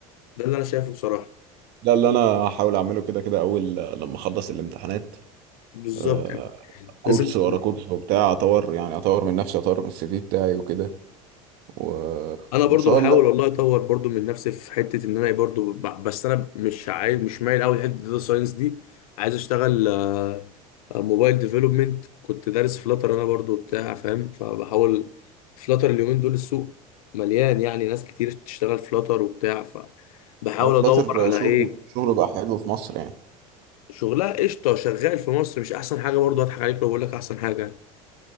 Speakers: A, on the left; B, on the right.
A: ده اللي انا شايفه بصراحه
B: ده اللي انا هحاول اعمله كده كده اول لما اخلص الامتحانات
A: بالظبط
B: آه، كورس
A: لازم تبقى-
B: ورا كورس وبتاع اطور يعني اطور من نفسي اطور من السي في بتاعي وكده و...
A: انا برضو
B: وان شاء
A: بحاول
B: الله
A: والله اطور برضو من نفسي في حته ان انا إيه برضو ب- بس انا مش عايز مش مايل قوي لحته الداتا ساينس دي عايز اشتغل آه، آه، موبايل ديفلوبمنت كنت دارس فلاتر انا برضو بتاع فاهم فبحاول فلاتر اليومين دول السوق مليان يعني ناس كتير تشتغل فلاتر وبتاع فبحاول
B: هو فلاتر
A: ادور على
B: شغل
A: ايه
B: شغله بقى حلو في مصر يعني
A: شغلها قشطه شغال في مصر مش احسن حاجه برضو هضحك عليك لو بقول لك احسن حاجه